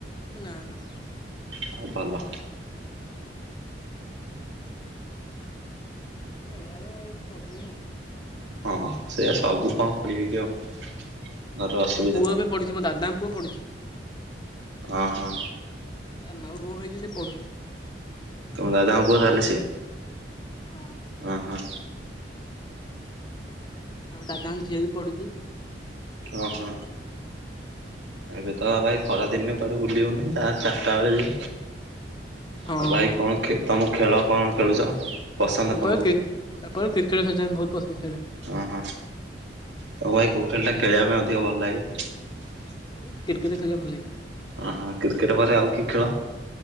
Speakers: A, on the left; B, on the right.
A: ନା ନା।
B: ହଁ ଭଲ।
A: ପଢା ଏବେ ଆଉ ପଢୁନି ଆଉ
B: ହଁ ହଁ ସେଆ ସବୁ କଣ ପଢ଼ିବେ କି ଆଉ। ଘର ଅସୁବିଧା
A: ଆମ ପୁଅ ଏବେ ପଢୁଛି ମୋ ଦାଦାଙ୍କ ପୁଅ ପଢୁଛି।
B: ହଁ ହଁ।
A: ତା ନାଉରୁ କଣ ହେଇଛି ସେ ପଢୁଛି
B: ତମ ଦାଦା ଙ୍କ ପୁଅ ତାହେଲେ ସିଏ?
A: ହଁ
B: ଓହୋ।
A: ଆମ ଦାଦାଙ୍କ ଝିଅ ବି ପଢୁଚି।
B: ଓହୋ। ଏବେ ତ ଭାଇ ଖରା ଦିନେ କୁଆଡେ ବୁଲିହଉନି ଯାହା ଚାରିଟା ବେଳେ ଯିବି।
A: ହଁ
B: ଆଉ ଭାଇ
A: ହଁ।
B: କଣ ଖେ ତମ ଖେଳ କଣ ଖେଳୁଚ? ପସନ୍ଦ
A: ତାପରେ
B: କଣ? ମୋର
A: କ୍ରିକେଟ
B: କ୍ରିକେଟରେ।
A: ଖେଳୁଛନ୍ତି ବହୁତ ପସନ୍ଦ ସେଇଟା
B: ଓ ହଁ। ତମ ଭାଇ କଉଁ ଖେଳଟା ଖେଳିବା ପାଇଁ ଅଧିକ ଭଲ ଲାଗେ? କ୍ରିକେଟ୍
A: କ୍ରିକେଟ
B: ଖେଳିବା
A: ଖେଳିବାକୁ ଭଲ
B: ପାଇଁ।
A: ଲାଗେ।
B: ଅ ହ କ୍ରିକେଟ ପରେ ଆଉ କି ଖେଳ?